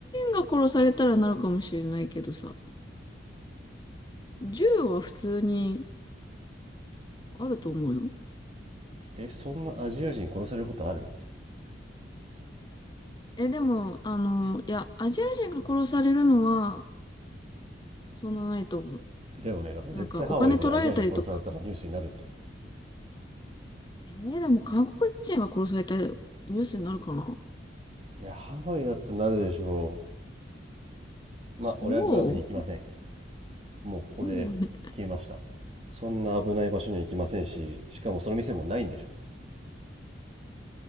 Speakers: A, on the left (about 25°); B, on the right (about 35°).
A: 人が殺されたらなるかもしれないけどさ、銃は普通にあると思うよ。
B: え、そんなアジア人殺されることある
A: え、でも、あの、いや、アジア人が殺されるのは、そんなないと思う。
B: だよね。なんか絶対ハワイでアジア人殺されたらニュースになるって。
A: なんか、お金取られたりとか。えね、でも、韓国人が殺されたニュースになるかな
B: いや、ハワイだってなるでしょう。まあ、
A: そ
B: 俺はグアムに行きません。もうここで消えました。
A: ううん <laughs> い
B: そんな危ない場所には行きませんし、しかもその店もないんでしょ。